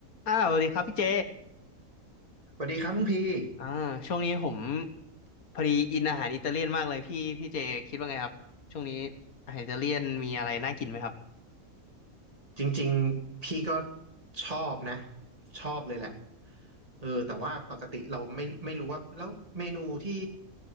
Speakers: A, on the left (about 80°); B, on the right (about 25°).
A: อ้าวสวัสดีครับพี่เจ
B: สวัสดีครับน้องพี่
A: อ่าช่วงนี้ผมพอดีอินอาหารอิตาเลียนมากเลยพี่พี่เจคิดว่าไงครับช่วงนี้อาหารอิตาเลียนมีอะไรน่ากินไหมครับ
B: จริงๆพี่ก็ชอบนะชอบเลยแหละเออแต่ว่าปกติเราไม่ไม่รู้ว่าแล้วเมนูที่